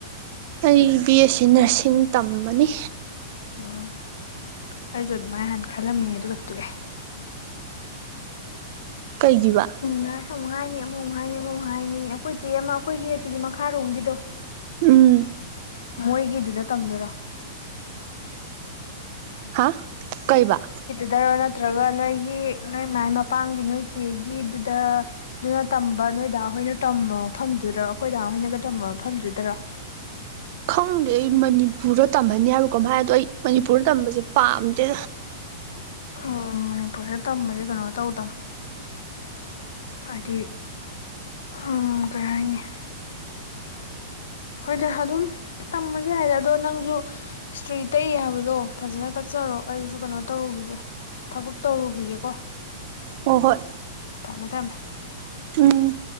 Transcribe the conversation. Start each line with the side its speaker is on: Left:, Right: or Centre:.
Right: ꯑꯩ ꯕꯤ ꯑꯦ ꯁꯤ ꯅꯔꯁꯤꯡ ꯇꯝꯃꯥꯅꯤ꯫
Left: ꯑꯣ ꯑꯩꯖꯨ ꯑꯗꯨꯃꯥꯏ ꯍꯥꯟꯅ ꯈꯜꯂꯝꯃꯤ ꯑꯗꯨꯒ ꯇꯣꯛ ꯑꯦ ꯫
Right: ꯀꯩꯒꯤꯕ?
Left: ꯅꯔꯁ ꯑꯃꯨꯛ ꯍꯥꯏꯅꯤ ꯑꯃꯃꯨꯛ ꯍꯥꯏꯅꯤ ꯑꯃꯃꯨꯛ ꯍꯥꯏꯅꯤ ꯑꯩꯈꯣꯏ ꯆꯦ ꯑꯃ ꯑꯩꯈꯣꯏꯒꯤ ꯑꯁꯤꯒꯤ ꯃꯈꯥꯔꯣꯝꯒꯤꯗꯣ
Right: ꯎꯝ
Left: ꯃꯣꯏꯒꯤꯗꯨꯗ ꯇꯝꯗꯣꯏꯔꯥ?
Right: ꯍꯥ ꯀꯩꯕꯥ?
Left: ꯗꯔꯣ ꯅꯠꯇ꯭ꯔꯒ ꯅꯣꯏꯒꯤ ꯅꯣꯏ ꯃꯥꯏ ꯃꯄꯥꯝꯒꯤ ꯅꯣꯏ ꯆꯦꯒꯤꯗꯨꯗ ꯅꯣꯏꯅ ꯇꯝꯕ ꯅꯣꯏꯗꯥ ꯍꯣꯏꯅ ꯇꯝꯕ ꯃꯐꯝꯗꯨꯗꯔ ꯑꯩꯈꯣꯏꯗꯥ ꯍꯣꯏꯅꯒ ꯇꯝꯝꯕ ꯃꯐꯝꯗꯨꯗꯔꯣ?
Right: ꯈꯪꯗꯦ ꯑꯩ ꯃꯅꯤꯄꯨꯔꯗ ꯇꯝꯍꯟꯅꯤ ꯍꯥꯏꯕ꯭ꯔ ꯀꯩꯅꯣꯝ ꯍꯥꯏ ꯑꯗꯣ ꯑꯩ ꯃꯅꯤꯄꯨꯔꯗ ꯇꯝꯕꯁꯦ ꯄꯥꯝꯗꯦ꯫
Left: ꯎꯝ ꯃꯅꯤꯄꯨꯔꯗ ꯇꯝꯕꯖꯤ ꯀꯩꯅꯣ ꯇꯧꯗꯝ ꯍꯥꯏꯗꯤ ꯎꯝ ꯀꯩ ꯍꯥꯏꯅꯤ <unintelligible> ꯍꯣꯏꯗ ꯑꯗꯨꯝ ꯇꯝꯃꯖꯨ ꯌꯥꯏꯗ ꯑꯗꯣ ꯅꯪꯖꯨ ꯏꯁꯇ꯭ꯔꯤ ꯇꯛꯏ ꯍꯥꯏꯕꯗꯣ ꯐꯖꯅ ꯇꯛꯆꯔꯣ ꯑꯩꯖꯨ ꯀꯩꯅꯣ ꯇꯧꯔꯨꯒꯤꯒꯦ꯫ ꯊꯕꯛ ꯇꯧꯔꯨꯒꯤꯒꯦꯀꯣ꯫
Right: ꯍꯣꯏ ꯍꯣꯏ
Left: ꯊꯝꯃꯦ ꯊꯝꯃꯦ
Right: ꯎꯝ